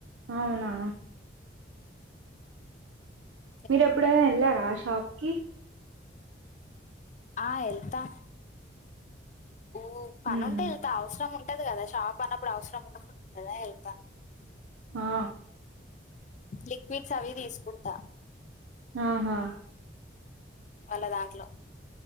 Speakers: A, on the right (about 85°); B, on the left (about 40°).
A: అవునా
B: అ
A: మీరేప్పుడైనా వెళ్లారా ఆ షాప్ కి
B: ఆ వెళ్తా ఊ పని
A: హ్మ్
B: ఉంటే వెళ్తా అవసరం ఉంటది కదా షాప్ అన్నప్పుడు అవసరం ఉండకుండా ఉంటందా వెళ్తా
A: ఆ
B: లిక్విడ్స్ అవి తీసుకుంటా
A: ఆహా
B: వాళ్ళ దాంట్లో